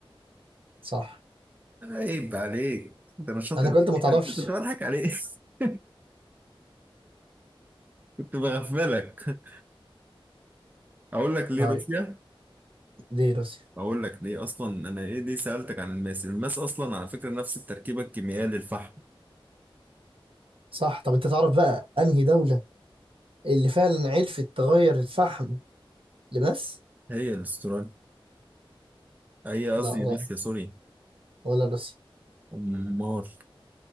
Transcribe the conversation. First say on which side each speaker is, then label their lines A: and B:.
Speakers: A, on the right; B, on the right.
A: صح
B: عيب عليك انت مش شاطر
A: انا قلت
B: <laughs>
A: ما تعرفش
B: كنت بضحك عليك <laughs> كنت بغفلك اقول لك ليه
A: طيب
B: روسيا
A: دي روسيا
B: اقول لك ليه اصلا انا ايه ليه سالتك عن الماس الماس اصلا على فكره نفس التركيبه الكيميائيه للفحم
A: صح طب انت تعرف بقى انهي دولة اللي فعلا عرفت تغير الفحم لماس
B: هي الاستراليا هي قصدي
A: لا غلط
B: روسيا سوري
A: ولا روسيا
B: امال